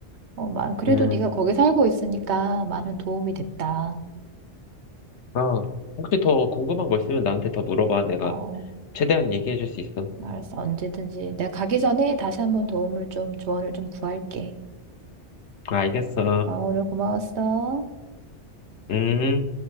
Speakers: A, on the right; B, on the left.
A: 어, 만 그래도
B: 음,
A: 네가 거기 살고 있으니까 많은 도움이 됐다.
B: 아, 혹시 더 궁금한 거 있으면 나한테 더 물어봐. 내가
A: 어,
B: 최대한 얘기해 줄 수 있어.
A: 알았어. 언제든지 내가 가기 전에 다시 한번 도움을 좀 조언을 좀 구할게.
B: 알겠어.
A: 어, 오늘 고마웠어.
B: 음.